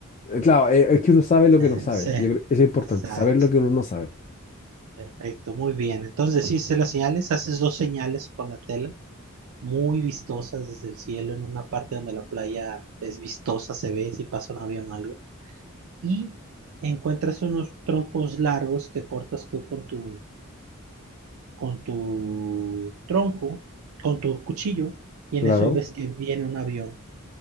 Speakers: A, on the left; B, on the right.
A: eh, claro, eh, es que uno sabe lo
B: Eh,
A: que no sabe.
B: Sí,
A: Yo creo- eso es importante,
B: exacto.
A: saber lo que uno no sabe.
B: Perfecto, muy bien. Entonces, sí, sé las señales, haces dos señales con la tela, muy vistosas desde el cielo, en una parte donde la playa es vistosa, se ve si pasa un avión o algo. Y encuentras unos troncos largos que cortas tú con tu con tu tronco, con tu cuchillo, y
A: Claro.
B: en eso ves
A: <laughs>
B: que viene un avión.